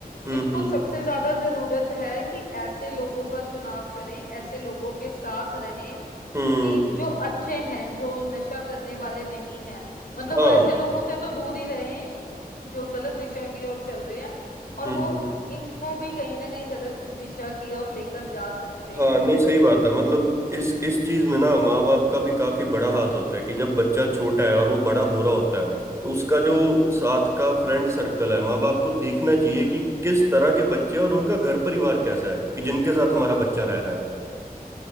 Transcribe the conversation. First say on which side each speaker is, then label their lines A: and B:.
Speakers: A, on the right; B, on the left.
A: हम्म
B: इनको
A: हम्म
B: सबसे ज्यादा जरूरत है कि ऐसे लोगों का चुनाव करें ऐसे लोगों के साथ रहें
A: हम्म
B: कि जो अच्छे हैं जो नशा करने वाले नहीं हैं मतलब
A: हाँ
B: वो ऐसे लोगों से तो दूर ही रहें जो गलत दिशा की ओर चल रहे हैं और
A: हम्म
B: वो
A: हम्म
B: इनको भी कहीं ना कहीं गलत दिशा की ओर लेकर जा सकते
A: हाँ
B: हैं
A: नहीं सही बात है मतलब इस इस चीज में ना माँ बाप का भी काफी बड़ा हाथ होता है कि जब बच्चा छोटा है और वो बड़ा हो रहा होता है तो उसका जो साथ का फ्रेंड सर्कल है माँ बाप को देखना चाहिए कि किस तरह के बच्चे हैं और उनका घर परिवार कैसा है कि जिनके साथ हमारा बच्चा रह रहा है